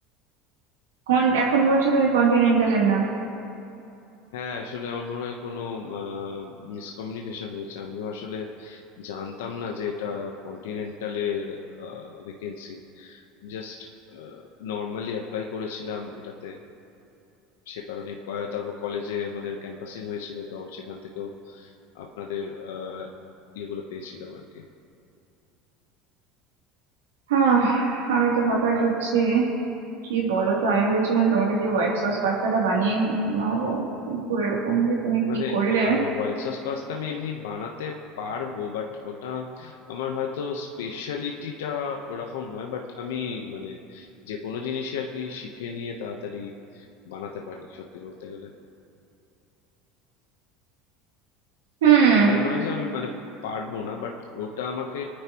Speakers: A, on the right; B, on the left.
A: কন- এখন বলছো তুমি কন্টিনেন্টালের না
B: হ্যাঁ আসলে আমার মনে হয় কোনো মিসকমিউনিকেশন হয়েছে আমিও আসলে জানতাম না যে এটা কন্টিনেন্টালের ভেকেন্সি জাস্ট নর্মালি অ্যাপ্লাই করেছিলাম এটাতে সে কারণে তারপর কলেজে আমাদের ক্যাম্পাসিং হয়েছিল তো সেখান থেকেও আপনাদের আহ, ইয়েগুলো পেয়েছিলাম আর কি
A: হ্যাঁ আমি তো হতাশ হচ্ছি কি বলো তো আমি ভেবেছিলাম তোমাকে দিয়ে হোয়াইট সস পাস্তাটা বানিয়ে নেবো কিন্তু এরকম যে তুমি
B: মানে
A: কি করলে
B: হোয়াইট সস পাস্তা আমি এমনি বানাতে পারবো বাট ওটা আমার হয়তো স্পেশালিটিটা ওরকম নয় বাট আমি মানে যে কোনো জিনিসই আর কি শিখে নিয়ে তাড়াতাড়ি বানাতে পারি সত্যি বলতে গেলে
A: হুম
B: এটা নয় যে আমি মানে পারবো না বাট ওটা আমাকে